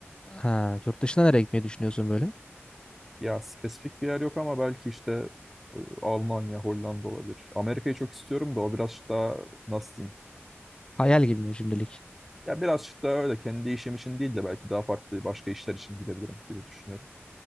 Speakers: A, on the left (about 20°); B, in the centre.
A: Ha, yurt dışına nereye gitmeyi düşünüyorsun böyle?
B: Ya spesifik bir yer yok ama belki işte e, Almanya, Hollanda olabilir. Amerika'yı çok istiyorum da o biraz daha nasıl diyeyim?
A: Hayal gibi mi şimdilik?
B: e, ya biraz daha öyle kendi işim için değil de belki daha farklı başka işler için gidebilirim gibi düşünüyorum.